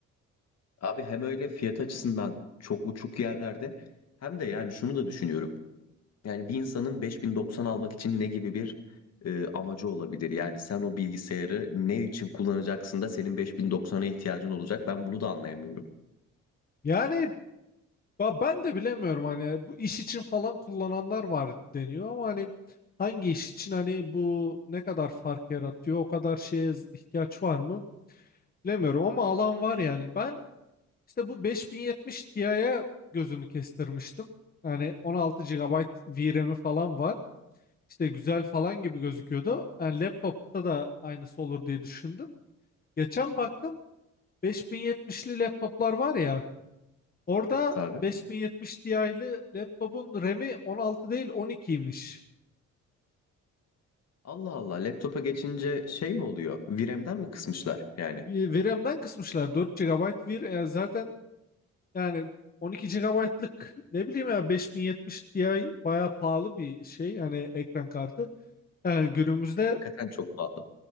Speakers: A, on the left; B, on the left.
A: Abi hem öyle fiyat açısından çok uçuk yerlerde hem de yani şunu da düşünüyorum. Yani bir insanın 5090 almak için ne gibi bir e, amacı olabilir? Yani sen o bilgisayarı ne için kullanacaksın da senin 5090'a ihtiyacın olacak? Ben bunu da anlayamıyorum.
B: Yani ba- ben de bilemiyorum hani bu iş için falan kullananlar var deniyor ama hani hangi iş için hani bu ne kadar fark yaratıyor o kadar şeye z- ihtiyaç var mı bilemiyorum ama alan var yani. Ben İşte bu 5070 Ti'ye gözümü kestirmiştim. Yani 16 gigabayt VRAM'i falan var. İşte güzel falan gibi gözüküyordu. Yani laptopta da aynısı olur diye düşündüm. Geçen baktım 5070'li laptoplar var ya. Orada
A: Evet abi.
B: 5070 Ti'li laptopun RAM'i 16 değil 12'ymiş.
A: Allah Allah laptopa geçince şey mi oluyor? VRAM'den mi kısmışlar yani?
B: Bir VRAM'den kısmışlar 4 gigabayt VRAM. Yani zaten yani 12 gigabaytlık ne bileyim ya 5070 Ti bayağı pahalı bir şey. Yani ekran kartı. Yani günümüzde
A: Hakikaten çok pahalı.